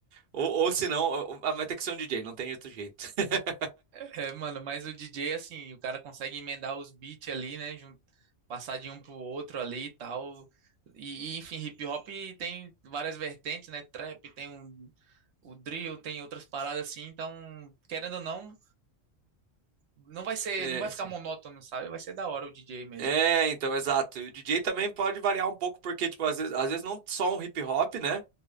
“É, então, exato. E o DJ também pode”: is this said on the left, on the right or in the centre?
Right